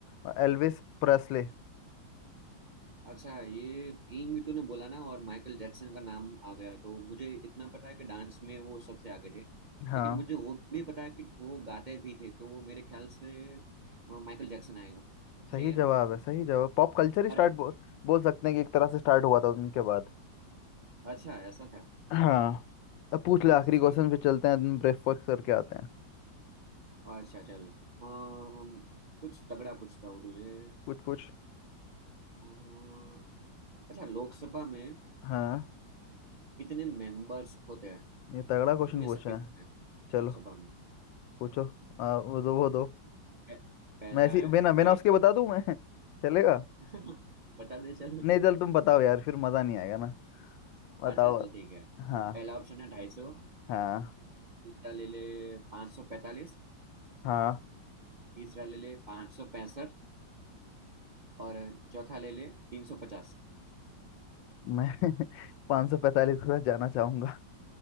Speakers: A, on the left; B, on the right.
A: और एल्विस प्रेस्ले
B: अच्छा ये किंग तूने बोला ना और माइकल जैक्सन का नाम आ गया तो मुझे इतना पता है कि डांस में वो सबसे आगे थे
A: हाँ
B: लेकिन मुझे वो भी पता है कि वो गाते भी थे तो मेरे ख्याल से अ, माइकल जैक्सन आएगा
A: सही
B: सही है
A: जवाब
B: ना
A: है सही जवाब पॉप कल्चर ही स्टार्ट
B: अरे
A: बो, बोल सकते हैं कि एक तरह से स्टार्ट हुआ था उनके बाद
B: अच्छा ऐसा था
A: हाँ अब पूछ
B: सही
A: ले आखिरी
B: है सही
A: क्वेश्चन
B: है
A: फिर चलते हैं ब्रेकफास्ट करके आते हैं
B: अच्छा चल अम, कुछ तगड़ा पूछता हूँ तुझे
A: कुछ पूछ
B: अम, अच्छा लोकसभा में
A: हाँ
B: कितने मेंबर्स होते हैं
A: ये तगड़ा क्वेश्चन
B: कितने
A: पूछा
B: सदस्य
A: है
B: होते हैं लोकसभा
A: चलो
B: में
A: पूछो आ, वो दो वो दो
B: पह- पहला
A: मैं ऐसी
B: है
A: बिना बिना
B: ढाई
A: उसके
B: सौ
A: बता दूं मैं <laughs> चलेगा
B: <laughs> बता दे चल
A: नहीं चल तुम बताओ यार फिर मजा नहीं आएगा ना बताओ
B: अच्छा चल ठीक है
A: हाँ
B: पहला ऑप्शन है ढाई सौ
A: हाँ
B: दूसरा ले ले पाँच सौ पैंतालीस
A: हाँ
B: तीसरा ले ले पाँच सौ पैंसठ और चौथा ले ले तीन सौ पचास
A: मैं <laughs> पाँच सौ पैंतालीस के साथ जाना चाहूंगा